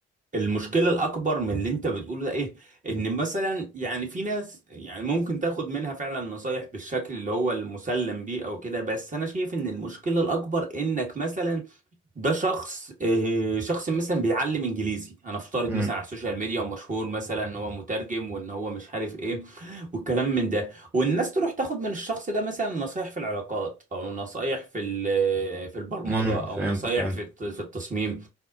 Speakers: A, on the right; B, in the centre.
A: المشكلة الأكبر من اللي أنت بتقوله ده إيه؟ إن مثلا يعني في ناس يعني ممكن تاخد منها فعلا نصايح بالشكل اللي هو المسلم بيه أو كده بس أنا شايف إن المشكلة الأكبر إنك مثلا ده شخص آه، شخص مثلا بيعلم إنجليزي هنفترض
B: امم
A: مثلا على السوشيال ميديا ومشهور مثلا إن هو مترجم وإن هو مش عارف إيه والكلام من ده والناس تروح تاخد من الشخص ده مثلا نصايح في العلاقات أو نصايح في ال- في البرمجة
B: امم
A: أو
B: فهمت
A: نصايح
B: فهمت
A: في الت- في التصميم